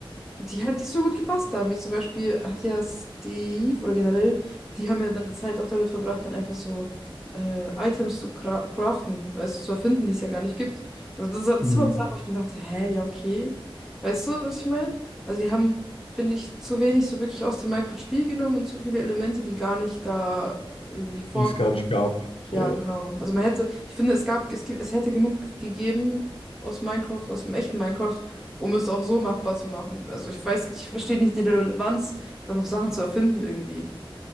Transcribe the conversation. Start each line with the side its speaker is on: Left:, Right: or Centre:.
Centre: die halt nicht so gut gepasst haben. Wie zum Beispiel hat ja Steve oder generell, die haben ja dann die Zeit auch damit verbracht, dann einfach so äh, Items zu cra craften, weißt du, zu erfinden, die es ja gar nicht gibt. Also das, das
Left: Mhm.
Centre: war eine Sache, wo ich mir dachte, hä, ja, okay. Weißt du, was ich meine? Also die haben, finde ich, zu wenig so wirklich aus dem Minecraft-Spiel genommen und zu viele Elemente, die gar nicht da irgendwie vorkommen.
Left: Die es gar nicht gab. So.
Centre: Ja, genau. Also man hätte, ich finde, es gab, es gibt, es hätte genug gegeben aus Minecraft, aus dem echten Minecraft, um es auch so machbar zu machen. Also ich weiß nicht, ich verstehe nicht die Relevanz, dann noch Sachen zu erfinden irgendwie.